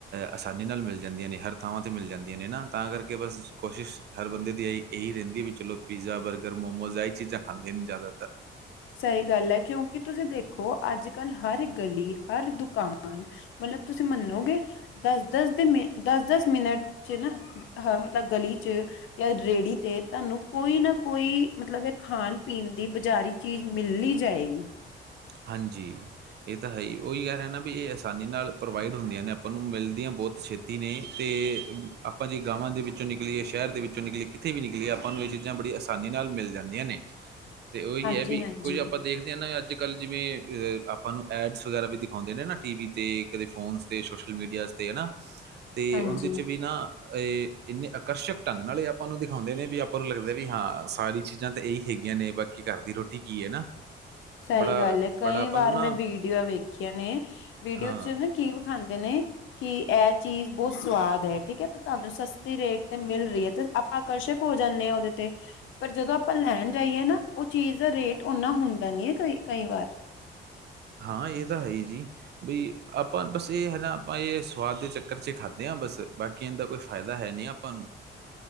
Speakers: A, on the right; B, on the left.
A: ਆਸਾਨੀ ਨਾਲ ਮਿਲ ਜਾਂਦੀਆਂ ਨੇ ਹਰ ਥਾਵਾਂ 'ਤੇ ਮਿਲ ਜਾਂਦੀਆਂ ਨੇ ਨਾ ਤਾਂ ਕਰਕੇ ਬਸ ਕੋਸ਼ਿਸ਼ ਹਰ ਬੰਦੇ ਦੀ ਆਈ। ਇਹੀ ਰਹਿੰਦੀ ਵੀ ਚਲੋ ਪੀਜ਼ਾ ਬਰਗਰ ਮੋਮੋਜ਼ ਇਹਹੀ ਚੀਜ਼ਾਂ ਖਾਂਦੇ ਨੇ ਜ਼ਿਆਦਾਤਰ।
B: ਸਹੀ ਗੱਲ ਹੈ। ਕਿਉਂਕਿ ਤੁਸੀਂ ਦੇਖੋ ਅੱਜ, ਕੱਲ੍ਹ ਹਰ ਗਲੀ ਹਰ ਦੁਕਾਨ ਮਤਲਬ ਤੁਸੀਂ ਮੰਨੋਗੇ ਦਸ ਦਸ ਦੇ ਮ ਦਸ, ਦਸ ਮਿੰਟ ਚ ਨਾ ਹ ਮਤਲਬ ਗਲੀ ਚ ਜਾਂ ਰੇਹੜੀ ਤੇ ਤੁਹਾਨੂੰ ਕੋਈ ਨਾ ਕੋਈ ਮਤਲਬ ਇਹ ਖਾਣ ਪੀਣ ਦੀ ਬਜ਼ਾਰੀ। ਚੀਜ਼ ਮਿਲ ਨਹੀਂ ਜਾਏਗੀ।
A: ਹਾਂਜੀ, ਇਹ ਤਾਂ ਹੈ ਹੀ ਉਹੀ ਕਹਿ ਰਿਹਾ ਨਾ ਵੀ ਇਹ ਆਸਾਨੀ ਨਾਲ ਪ੍ਰੋਵਾਈਡ ਹੁੰਦੀਆਂ ਨੇ ਆਪਾਂ ਨੂੰ ਮਿਲਦੀਆਂ ਬਹੁਤ ਛੇਤੀ। ਨੇ ਤੇ ਆਪਾਂ ਜੇ ਗਾਵਾਂ ਦੇ ਵਿੱਚੋਂ ਨਿਕਲੀਏ ਸ਼ਹਿਰ ਦੇ ਵਿੱਚੋਂ ਨਿਕਲੀਏ ਕਿੱਥੇ ਵੀ ਨਿਕਲੀਏ ਆਪਾਂ ਨੂੰ ਇਹ ਚੀਜ਼ਾਂ ਬੜੀ। ਆਸਾਨੀ ਨਾਲ ਮਿਲ ਜਾਂਦੀਆਂ ਨੇ ਤੇ ਉਹੀ
B: ਹਾਂਜੀ
A: ਐ ਵੀ
B: ਹਾਂਜੀ
A: ਕੁੱਝ ਆਪਾਂ ਦੇਖਦੇ ਹਾਂ ਨਾ ਅੱ ਅੱਜ ਕੱਲ੍ਹ ਜਿਵੇਂ ਆਪਾਂ ਨੂੰ ਐਡਸ ਵਗੈਰਾ ਵੀ ਦਿਖਾਉਂਦੇ ਨੇ ਨਾ ਟੀ ਵੀ 'ਤੇ ਕਦੇ ਫੋਨਸ 'ਤੇ ਸੋਸ਼ਲ ਮੀਡੀਆਜ਼ 'ਤੇ ਹੈ ਨਾ। ਤੇ
B: ਹਾਂਜੀ
A: ਉਹਦੇ ਚ ਵੀ ਨਾ। ਇਹ ਇੰਨੇ ਆਕਰਸ਼ਕ ਢੰਗ ਨਾਲੇ ਆਪਾਂ ਨੂੰ ਦਿਖਾਉਂਦੇ ਨੇ ਵੀ ਆਪਾਂ ਨੂੰ ਲੱਗਦਾ ਵੀ ਹਾਂ ਸਾਰੀ ਚੀਜ਼ਾਂ ਤਾਂ ਇਹੀ ਹੈਗੀਆਂ ਨੇ ਬਾਕੀ ਘਰ ਦੀ ਰੋਟੀ ਕੀ ਹੈ ਨਾ।
B: ਸਹੀ
A: ਬੜਾ
B: ਗੱਲ ਹੈ ਕਈ
A: ਬੜਾ ਆਪਾਂ
B: ਵਾਰ
A: ਨੂੰ ਨਾ
B: ਮੈਂ ਵੀਡੀਓ ਵੇਖੀਆਂ ਨੇ ਵੀਡੀਓ
A: ਹਾਂ,
B: ਚ ਨਾ ਕੀ ਖਾਂਦੇ ਨੇ ਕਿ ਇਹ ਚੀਜ਼ ਬਹੁਤ ਸਵਾਦ ਹੈ ਠੀਕ ਹੈ ਤੇ ਤੁਹਾਨੂੰ ਸਸਤੀ ਰੇਟ ਤੇ ਮਿਲ ਰਹੀ ਹੈ ਤੇ ਆਪਾਂ ਆਕਰਸ਼ਕ ਹੋ ਜਾਂਦੇ ਆ ਉਹਦੇ ਤੇ ਪਰ ਜਦੋਂ ਆਪਾਂ ਲੈਣ ਜਾਈਏ ਨਾ ਉਹ ਚੀਜ਼ ਦਾ ਰੇਟ ਓਨਾ ਹੁੰਦਾ। ਨੀਏ ਕਈ ਕਈ ਵਾਰ।
A: ਹਾਂ ਇਹ ਤਾਂ ਹੈ ਹੀ ਜੀ। ਬ ਆਪਾਂ ਬਸ ਇਹ ਹੈ। ਨਾ ਆਪਾਂ ਇਹ ਸਵਾਦ ਦੇ ਚੱਕਰ 'ਚ ਖਾਧੇ ਹਾਂ ਬਸ। ਬਾਕੀ ਇਹ ਦਾ ਕੋਈ ਫਾਇਦਾ ਹੈ ਨਹੀਂ। ਪਨ